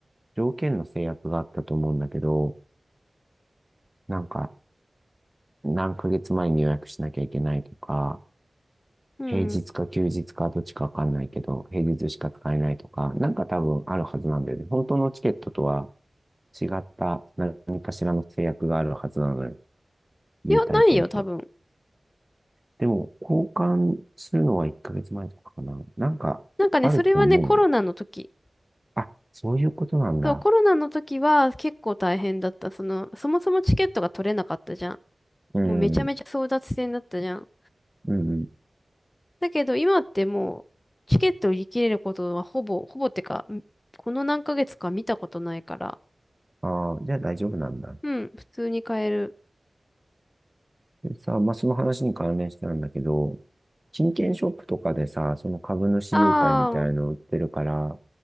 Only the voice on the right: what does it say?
条件の制約があったと思うんだけど、なんか、何ヶ月前に予約しなきゃいけないとか、
平日か休日かどっちかわかんないけど、平日しか使えないとか、なんか多分あるはずなんだよね。本当のチケットとは違った何かしらの制約があるはずなのよ。優待券って。
でも、交換するのは1ヶ月前とかかな。なんか、
あると思うよ。
あ、そういうことなんだ。
うん、
うん、うん。
ああ、じゃあ大丈夫なんだ。
でさ、まあ、その話に関連してなんだけど、金券ショップとかでさ、その株主優待みたいの売ってるから、